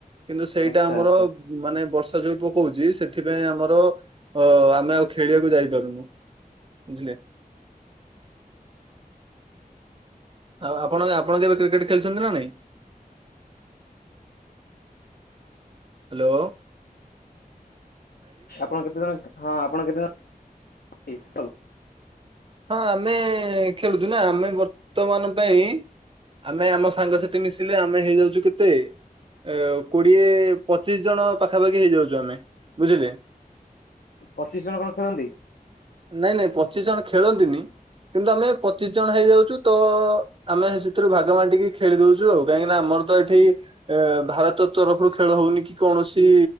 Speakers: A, on the right (about 35°); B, on the left (about 80°).
A: କିନ୍ତୁ ସେଇଟା
B: ଆଚ୍ଛା
A: ଆମର
B: ଆଚ୍ଛା
A: ମାନେ ବର୍ଷା ଯୋଉ ପକଉଚି ସେଥିପାଇଁ ଆମର ଅ ଆମେ ଆଉ ଖେଳିବାକୁ ଯାଇପାରୁନୁ। ବୁଝିଲେ? ଆଉ ଆପଣ ଆପଣ କେବେ କ୍ରିକେଟ ଖେଳିଚନ୍ତି ନା ନାଇଁ? ହାଲୋ।
B: ଆପଣ କେତେ ଜଣ ହଁ ଆପଣ କେତେ ଜଣ <unintelligible>
A: ହଁ ଆମେ ଖେଳୁଚୁ ନା ଆମେ ବର୍ତ୍ତମାନ ପାଇଁ ଆମେ ଆମ ସାଙ୍ଗସାଥି ମିଶ ଆମେ ହେଇଯାଉଚୁ କେତେ ଏ କୋଡିଏ ପଚିଶ ଜଣ ପାଖାପାଖି ହେଇଯାଉଚୁ ଆମେ ବୁଝିଲେ।
B: ପଚିଶ ଜଣ କଣ ଖେଳନ୍ତି?
A: ନାଇଁ ନାଇଁ ପଚିଶ ଜଣ ଖେଳନ୍ତିନି କିନ୍ତୁ ଆମେ ପଚିଶ ଜଣ ହେଇଯାଉଚୁ ତ ଆମେ ସେଥିରୁ ଭାଗ ବାଣ୍ଟିକି ଖେଳି ଦଉଚୁ ଆଉ କାହିଁକି ନା ଆମର ତ ଏଠି ଏ ଭାରତ ତରଫରୁ ଖେଳ ହଉନି କି କୌଣସି